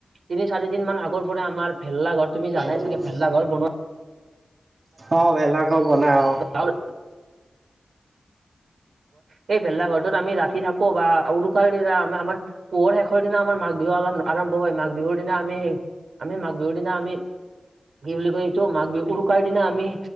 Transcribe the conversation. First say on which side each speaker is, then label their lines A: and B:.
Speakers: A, on the right; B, on the right.
A: তিনি চাৰি দিন মান আগৰ পৰাই আমাৰ ভেল্লা ঘৰ তুমি জানাই
B: উম
A: চাগে ভেল্লা ঘৰ বনোৱা
B: অ' ভেল্লা বনাই অ'।
A: ঘৰ সেই ভেলা ঘৰটোত আমি ৰাতি থাকোঁ বা উৰুকাৰ দিনা আমা আমাৰ পুহৰ শেষৰ দিনা আমাৰ মাঘ বি বিহু আলম আৰম্ভ হয় মাঘ বিহুৰ দিনা আমি, আমি মাঘ বিহুৰ দিনা আমি কি বুলি কয় মাঘ বিহু উৰুকাৰ দিনা আমি